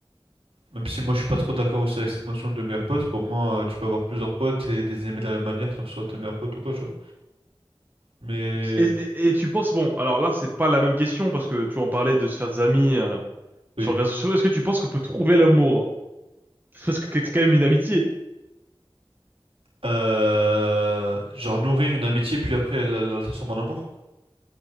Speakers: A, on the right (about 70°); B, on the right (about 20°).
A: Même si moi je suis pas trop d'accord aussi avec cette notion de meilleurs potes, pour moi euh, tu peux avoir plusieurs potes et les aimer de la même manière sans que ce soit tes meilleurs potes ou quoi, tu vois. Mais
B: Et, et- et tu penses bon, alors là c'est pas la même question parce que tu en parlais de se faire des amis euh,
A: oui.
B: sur les réseaux sociaux. Est-ce que tu penses qu'on peut trouver l'amour? Parce que c'est quand même une amitié.
A: Euh... Genre nourrir une amitié puis après elle la la transformer en amour.